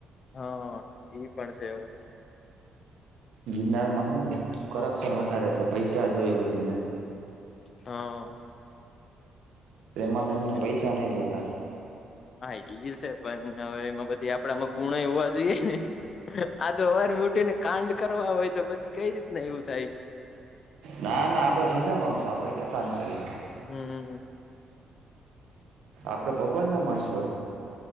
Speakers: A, on the left; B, on the right.
A: હા ઈ પણ સે હવે.
B: ગિરનારમાં હું કરપ્શન વધારે છે. પૈસા જોઈએ બધીને
A: હા.
B: પ્રેમાનંદને
A: <inaudible>
B: પૈસા નહીં જોતા
A: હા એ સે પણ હવે એમાં બધી આપણામાં ગુણય હોવા જોઈએ ને. આ તો હવાર ઊઠીને કાંડ કરવા હોય તો પછી કઈ રીતના એવું થાય?
B: ના ના આપડે સીધા માણસો. આપડે ક્યાં કાંડ કરીએ?
A: હમ્મ.
B: આપણે ભગવાનના માણસો.